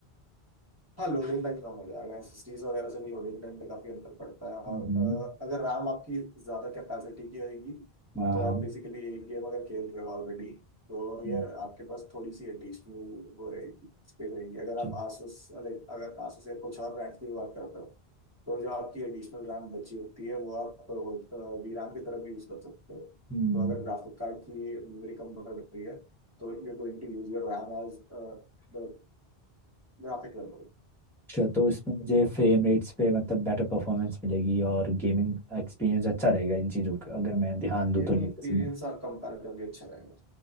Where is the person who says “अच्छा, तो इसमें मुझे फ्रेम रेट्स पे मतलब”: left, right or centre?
Centre